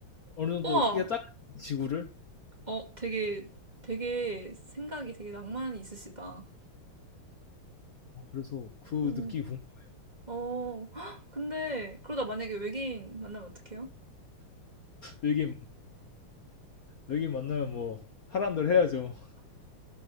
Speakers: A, on the left; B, on the right.
A: 어느 정도
B: 우와.
A: 크기가 작은 지구를.
B: 어, 되게, 되게 생각이 되게 낭만이 있으시다.
A: 어, 그래서 그
B: 어,
A: 느낌이 궁금해요.
B: 어, 헉, 근데 그러다 만약에 외계인 만나면 어떡해요?
A: 이게 여기 만나면 뭐 하란 대로 해야죠.